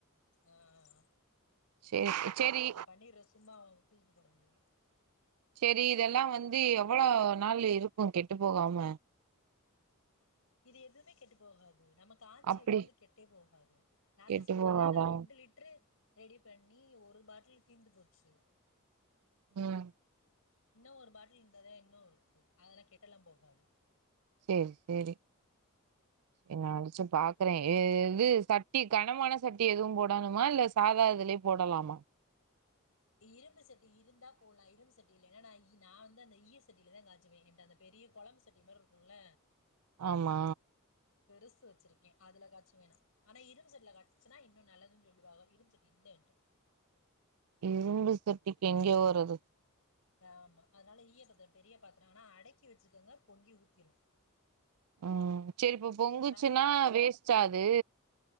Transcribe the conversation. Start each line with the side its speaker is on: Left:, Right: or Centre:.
Left: ஆஹ்
Right: சேரி
Left: அதான் அரைக்க
Right: சேரி
Left: தேவல்ல பன்னீர் ரோஸ் சும்மா கில்லிட்டு போட வேண்டிதா
Right: சரி இதெல்லாம் வந்து எவ்ளோ நாள் இருக்கும் கெட்டு போகாம
Left: இது எதுவுமே கெட்டு போகாது நமக்கு காச்சி
Right: அப்டி
Left: வைக்கிறது கெட்டே போகாது நான்தான்
Right: கெட்டு
Left: சொன்னேல
Right: போகாதா
Left: நான் ரெண்டு லிட்டரு ரெடி பண்ணி ஒரு பாட்டில் தீர்ந்து போச்சு
Right: உம்
Left: இன்னும் ஒரு பாட்டில் இருந்தாதே இன்னும் இருக்கு அதெல்லாம் கேட்ட எல்லாம் போகாது
Right: சரி சரி இங்க அரச்சு பாக் கறேன் இது சட்டி கனமான சட்டி எதுவும் போடணுமா இல்ல சாதா இதுலயே போடலாமா
Left: இரும்பு சட்டி இருந்தா போலாம் இரும்பு சட்டி இல்லனா நான் வந்து அந்த ஈய சட்டியிலதான் காச்சுவேன் ஏன்ட பெரிய கொழம்பு சட்டி மாதிரி இருக்கும்ல
Right: ஆமா
Left: பெருசு வச்சிருக்கே அதுல காட்சுவே நா ஆனா இரும் சட்டில காச்சுன்னா இன்னு நல்லதுன் சொல் வாக இரும்சட்டி இல்ல என்ட்ட
Right: ம் இரும்பு சட்டிக்கு எங்கெவோறது
Left: ஆமா அதுனால ஈய பாத்திர பெரிய பாத்திர ஆனா அடக்கி வச்சுக்கங்க பொங்கி ஊத்திரு
Right: ம் செரிப்ப பொங்குச்சுன்னா
Left: நல்லா
Right: வேஸ்டா அது